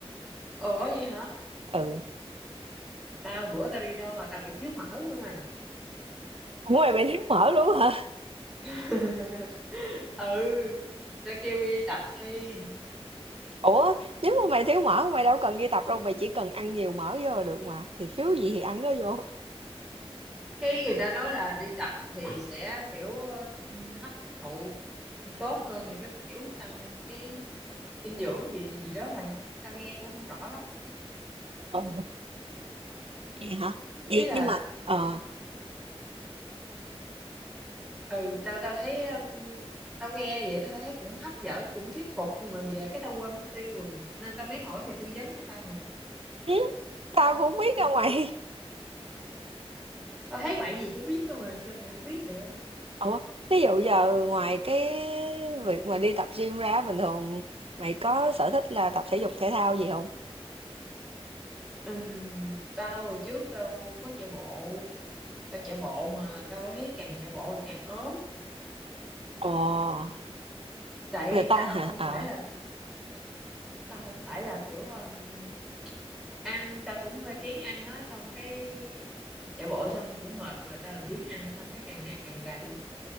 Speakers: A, in the centre; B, on the right.
A: ủa vậy hả
B: ừ
A: tao bữa tao đi đo là tao bị thiếu mỡ luôn mày
B: cũng mày bị thiếu mỡ luôn hả
A: <laughs> ừ người ta kêu đi tập đi
B: Ủa, nếu mà mày thiếu mỡ mày đâu cần đi tập đâu, mày chỉ cần ăn nhiều mỡ vô là được mà. Thì thiếu gì thì ăn nó vô.
A: cái người ta nói là đi tập thì sẽ kiểu ừ, hấp thụ tốt hơn rồi cái kiểu tăng cái dinh dưỡng gì gì đó mày tao nghe cũng không rõ lắm
B: Ồ, vậy hả? Vậy
A: ý là
B: nhưng mà ờ
A: ừ tao tao thấy um, tao nghe vậy tao thấy cũng hấp dẫn cũng thuyết phục nhưng mà về cái tao quên mất tiêu rồi nên tao mới hỏi mày tư vấn cho tao nè
B: ừ, tao cũng không biết đâu mày.
A: tao thấy mày gì cũng biết thôi mà sao mày không biết được
B: <laughs> Ủa, ví dụ giờ ngoài cái việc mà đi tập gym ra bình thường mày có sở thích là tập thể dục thể thao gì không?
A: Ừm, tao hồi trước tao có chạy bộ tao chạy bộ mà tao thấy càng chạy bộ thì càng ốm
B: Ồ,
A: tại
B: người ta
A: tao
B: hả?
A: không
B: Ờ.
A: phải là tao không phải là kiểu um, ăn tao cũng hơi kén ăn á xong cái chạy bộ xong cũng mệt mà tao làm biếng ăn xong cái càng ngày càng gầy